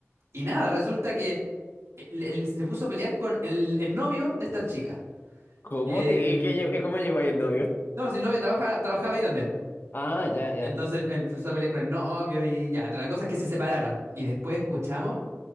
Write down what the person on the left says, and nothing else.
¿Cómo?
<laughs> ¿Y, y qué lle- y cómo llegó ahí el novio?
Ah, ya, ya.